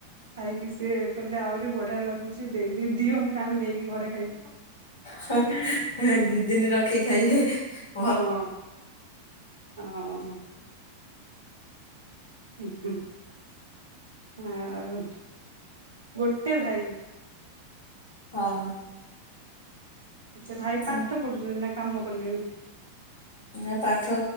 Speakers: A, on the right (about 70°); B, on the left (about 65°).
A: ଖାଇକି ସିଏ କହିଲେ ଆହୁରି ବଢିଆ ଲାଗୁଛିି ଦେଇ ଦିଅ ମୁଁ ଆମେ ନେଇକି ଘରେ ଖାଇବୁ।
B: ହେ ହେ ଦି ଦିନି ରଖିକି ଖାଇବେ ହେ ହେ।
A: ହଁ ହଁ। ହୁଁ ହୁଁ ଆଉ ଗୋଟେ ଭାଇ।
B: ହଁ।
A: ସେ ଭାଇ
B: ହଁ।
A: ପାଠ ପଢୁଛନ୍ତି ନା କାମ କଲେଣି?
B: ନା ପାଠ